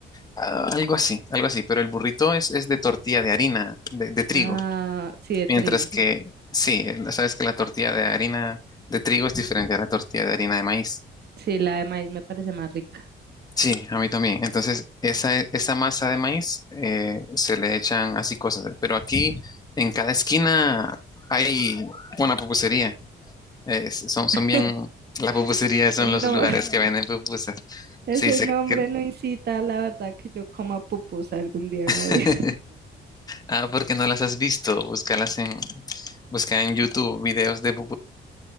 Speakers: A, on the left; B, on the right.
A: Ah, algo así, algo así, pero el burrito es, es de tortilla de harina, de, de trigo,
B: ah, sí, de trigo.
A: mientras que sí, sabes que la tortilla de harina de trigo es diferente a la tortilla de harina de maíz.
B: Sí, la de maíz me parece más rica.
A: Sí, a mí también. Entonces, esa, esa masa de maíz eh, se le echan así cosas, pero aquí en cada esquina hay una pupusería. Eh, son, son
B: <laughs>
A: bien, las pupuserías
B: Pues
A: son
B: No,
A: los lugares
B: <laughs>
A: que venden pupusas.
B: ese
A: Sí, sé
B: nombre
A: que...
B: no incita, la verdad, que yo coma pupusa algún día en la
A: <laughs>
B: vida.
A: Ah, porque no las has visto. Búscalas en, busca en YouTube videos de pupusas